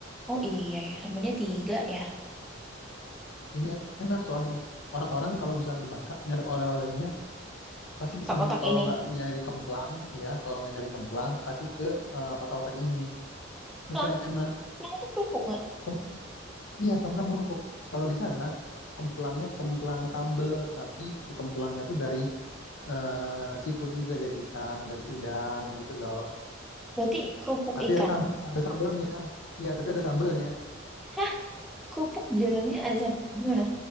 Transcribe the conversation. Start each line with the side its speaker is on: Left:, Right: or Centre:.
Centre: oh iya ya, sambalnya tiga ya.
Left: Ini enak soalnya. Orang-orang kalau misalnya ke Bangka nyari oleh-olehnya pasti
Centre: Kotak-kotak
Left: ke sini. Kalau
Centre: ini.
Left: nggak nyari kemplang, ya, kalau nggak nyari kemplang pasti ke eh, otak-otak ini. Ini
Centre: Tulang,
Left: soalnya enak.
Centre: tulang tuh kerupuk nggak?
Left: Kem- iya, kemplang kerupuk. Kalau di sana kemplangnya kemplang sambel, tapi si kemplangnya itu dari eh, seafood juga dari ikan, dari udang gitu loh.
Centre: Berarti kerupuk
Left: Tapi
Centre: ikan.
Left: ada, tam- ada sambelnya. Iya, tapi ada sambelnya.
Centre: Hah, kerupuk di dalamnya ada sam- gimana?